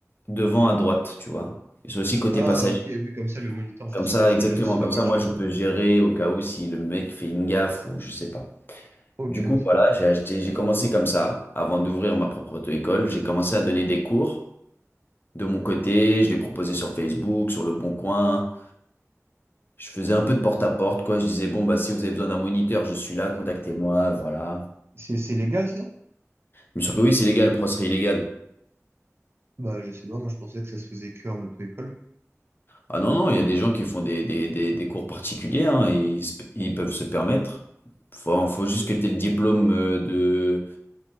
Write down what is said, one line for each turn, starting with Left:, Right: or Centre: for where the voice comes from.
Left: devant à droite, tu vois. Ils sont aussi côté
Right: Ah,
Left: passager.
Right: ok, oui, comme ça, le moniteur, en fait,
Left: Comme
Right: il
Left: ça,
Right: peut gérer
Left: exactement.
Right: aussi la
Left: Comme
Right: voiture.
Left: ça, moi, je peux gérer au cas où si le mec fait une gaffe ou je sais pas.
Right: Ok,
Left: Du
Right: ok.
Left: coup, voilà, j'ai acheté, j'ai commencé comme ça. Avant d'ouvrir ma propre auto-école, j'ai commencé à donner des cours. de mon côté, je les proposais sur Facebook, sur Le Bon Coin. Je faisais un peu de porte-à-porte, quoi. Je disais, bon, bah, si vous avez besoin d'un moniteur, je suis là, contactez-moi, voilà.
Right: C'est, c'est légal, ça?
Left: Mais sûr que oui, c'est légal, Pro serait illégal.
Right: Bah, je sais pas, moi, je pensais que ça se faisait que en auto-école.
Left: Ah non, non, il y a des gens qui font des, des, des, des cours particuliers, hein, et ils, se- ils peuvent se permettre. Faut, faut juste que tu aies le diplôme euh, de,